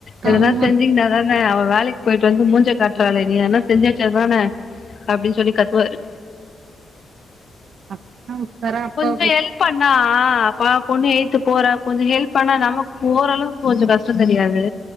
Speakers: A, on the left; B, on the right.
A: எதனா
B: ஆமா
A: செஞ்சீங்னா அதானே அவ வேலைக்கு போயிட்டு வந்து மூஞ்ச காட்டுறாளே நீ எதனா செஞ்சுவச்சாதான அப்டின் சொல்லி கத்துவாரு
B: அஸ்வினாஸ் சரா அப்ப
A: கொஞ்சோ ஹெல்ப் பண்ணா பாவ பொண்ணு எயித்து போற கொஞ்சோ ஹெல்ப் பண்ணா நமக்கு ஓர் அளவுக்கு கொஞ்சோ கஷ்ட தெரியாது